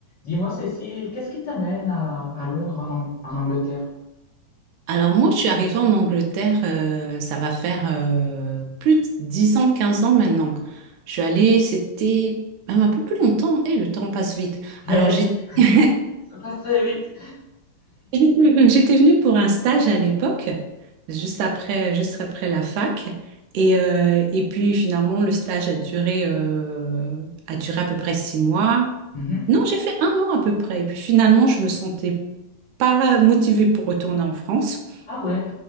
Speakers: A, on the left; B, on the right.
A: Dis-moi, Cécile, qu'est-ce qui t'amène à, à Londres, en, Ang- en Angleterre?
B: Alors moi, je suis arrivée en Angleterre, euh, ça va faire euh, plus de 10 ans, 15 ans maintenant. Je suis allée, c'était même un peu plus longtemps, et le temps passe vite. Alors
A: Ouais,
B: j'ai-
A: <laughs>
B: <laughs>
A: ça passe très vite.
B: j'étais j'étais venue pour un stage à l'époque, juste après, juste après la fac. Et, euh, et puis finalement, le stage a duré, euh, a duré à peu près six mois.
A: Mhm.
B: Non, j'ai fait un an à peu près. Et puis finalement, je me sentais pas motivée pour retourner en France.
A: Ah ouais.